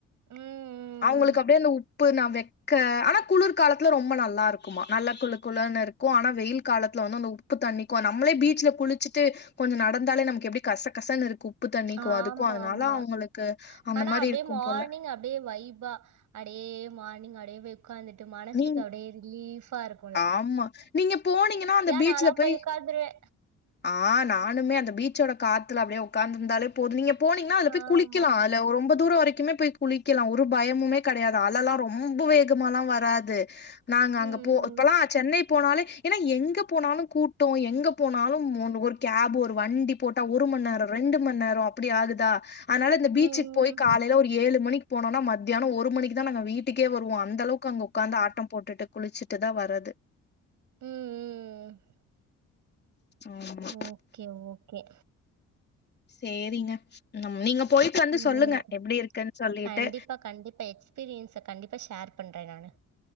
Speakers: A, on the right; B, on the left.
A: ம்.
B: அவங்களுக்கு அப்படியே அந்த உப்பு நான் ட்க ஆனா குளிர்காலத்துல ரொம்ப நல்லா இருக்குமா நல்ல குளு குளுன்னு இருக்கும் ஆனா வெயில் காலத்துல வந்து அந்த உப்பு தண்ணிக்கும் நம்மளே பீச்ல குளிச்சுட்டு கொஞ்சம் நடந்தாலே நமக்கு எப்படி கசக்கசன்னு இருக்கு உப்பு தண்ணிக்கு
A: ஆமா
B: அதுக்கு அதனால
A: ஆமா
B: அவுங்களுக்கு அந்த
A: ஆனா
B: மாரி
A: அப்டியே
B: இருக்கும்
A: மார்னிங்
B: போல
A: அப்டியே வை வா அடே மார்னிங் அடே வை உட்காந்துட்டு மனசுக்கு
B: நீங்
A: அப்படியே ரீலீஃபா இருக்கு
B: ஆமா நீங்க போனீங்கன்னா அந்த பீச்சல
A: நாலா
B: போய்
A: உக்காந்துருவே
B: ஆ நான் இன்னுமே அந்த பீச்சோட காத்துல அப்படியே உட்காத்துருந்தாலே போது நீங்க போனீங்கனா அதுல போய்
A: ஆமா
B: குளிக்கலாம் ரொம்ப தூரம் வரைக்கும் வைக்குமே போய் குளிக்கலாம் ஒரு பயமுமே கிடையாது அலலெல்லாம் ரொம்ப வேகமா எல்லாம் வராது நாங்க
A: ம்
B: அங்க போ சென்னை போனாலே ஏன்னா எங்க போனாலும் கூட்டம் எங்க போனாலும் ஒரு கேப் ஒரு வண்டி போட்டா ஒரு மணி நேரம் ரெண்டு மணி நேரம் அப்படி ஆகுது த அதனால இந்த பீச்சுக்கு
A: ம் ம்
B: போய் காலைல ஒரு ஏழு மணி போனோனா மத்தியானம் ஒரு மணிக்கு தான் நாங்க வீட்டுக்கே வருவோம் அந்த அந்த அளவுக்கு அங்க உக்காந்து ஆட்டம் போட்டுட்டு குளிச்சிட்டுதான் வ வரது
A: உஹம் உம்
B: ஆமா
A: ஓகே ஓகே
B: சேரிங்க நீங்க போயிட்டு வந்து
A: உஹம்
B: சொல்லுங்க எப்டி இருக்குன் சொல்லிட்டு
A: கண்டிப்பா கண்டிப்பா எக்ஸ்பீரியன்ஸ கண்டிப்பா ஷேர் பண்றேன் நானு